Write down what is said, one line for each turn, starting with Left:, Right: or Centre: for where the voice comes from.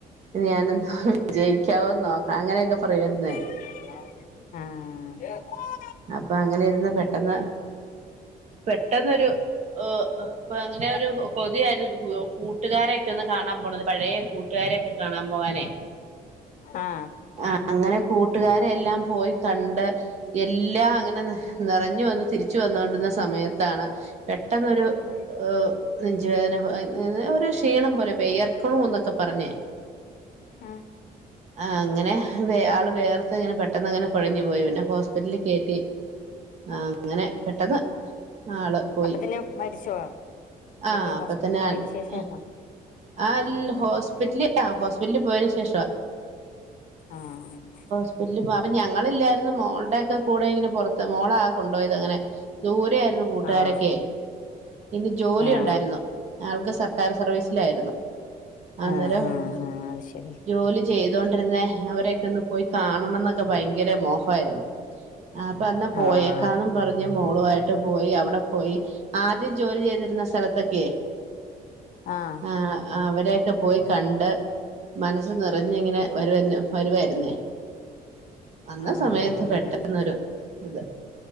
Right: ഞാനന്തോ വിജയിക്കാവോ അങ്ങനെയൊക്കെ പറയുമായിരുന്നേ.
Left: ആഹ്.
Right: അപ്പൊ അങ്ങനെ ഇരുന്ന് പെട്ടെന്ന് പെട്ടെന്നൊരു ഏഹ് അപ്പൊ അങ്ങനെ ഒരു കൊതിയായിരുന്നു <unintelligible> കൂട്ടുകാരെയൊക്കെ ഒന്ന് കാണാൻ പോണത് പഴയ കൂട്ടുകാരെയൊക്കെ കാണാൻ പോവാനെ.
Left: ആഹ്.
Right: ആഹ് അങ്ങനെ കൂട്ടുകാരെ എല്ലാം പോയി ക ണ്ട് എല്ലാം അങ്ങനെ നിറഞ്ഞു വന്ന് തിരിച്ചു വന്നോണ്ടിരുന്ന സമയത്താണ് പെട്ടെന്നൊരു
Left: ഉം
Right: ഏഹ് നെഞ്ചുവേദന <unintelligible> ഒരു ക്ഷീണം പോലെ വിയർക്കണൂ എന്നൊക്കെ പറഞ്ഞേ
Left: ആഹ്.
Right: ആ അങ്ങനെ ആള് വേയർത്തങ്ങനെ പെട്ടെന്നങ്ങനെ കോഴഞ് പോയി പിന്നെ ഹോസ്പിറ്റലിൽ കേറ്റി ആഹ് അങ്ങനെ പെട്ടെന്ന് ആള് പോയി
Left: പിന്നെ മരിച്ചോ? അല്ലെങ്കിൽ
Right: ആഹ് അപ്പ
Left: ഹോസ്പിറ്റലിൽ
Right: തന്നെ
Left: പോയതിന്
Right: അഹ്
Left: ശേഷായിരുന്നോ
Right: ആൽ ഹോസ്പിറ്റല് ആഹ് ഹോസ്പിറ്റലിൽ പോയെന് ശേഷവാ
Left: ആഹ്
Right: <unintelligible> അപ്പ ഞങ്ങളില്ലായിരുന്നു മോളുടെക്കെ കൂടെ ഇങ്ങനെ പുറത്ത് മോളാ കൊണ്ടു പോയത് അങ്ങനെ ദൂരെ ആയിരുന്നു കൂട്ടുകാരൊക്കെ
Left: ആഹ്
Right: പിന്നെ ജോലി
Left: ആഹ്
Right: ഉണ്ടായിരുന്നു ആൾക്ക് സർക്കാർ സർവീസ് ലായിരുന്നു അന്നേരം
Left: ആഹ് ആഹ് ആഹ് അത് ശരി
Right: ജോലി ചെയ്തൊണ്ടിര്ന്നെ അവരൊക്കെ ഒന്ന് പോയി കാണണം ന്നൊക്കെ ഭയങ്കര മോഹായിരുന്നു ആഹ് അപ്പ അന്നാ പോയേക്കാന്നും
Left: ആഹ്
Right: പറഞ്ഞു മോളു ആയിട്ട് പോയി അവിടെ പോയി ആദ്യം ജോലി ചെയ്തിരുന്ന സ്ഥലത്തൊക്കെ
Left: ആഹ്
Right: ആഹ് അവരെയൊക്കെ പോയി കണ്ട് മനസ്സ് നിറഞ്ങ്ങനെ വരോന്നെ വരുവായിരുന്നേ വന്ന
Left: ആഹ്
Right: സമയത്ത്
Left: ആഹ്
Right: പെട്ടെന്നൊരു ഇത്